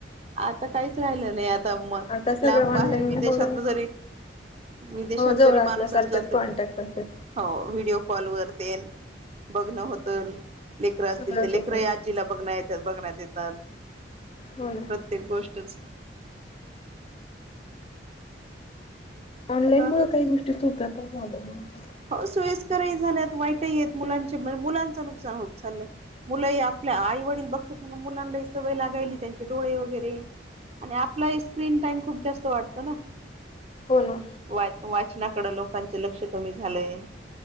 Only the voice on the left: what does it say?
आता सगळं
ऑनलाईन
मुळ
हो जवळ
असल्यासारखंच
कॉन्टॅक्ट असतात.
सगळंच
होतं
हो ना
ऑनलाईन
मुळ काही गोष्टी सोप्या पण झाल्यात.
हो ना.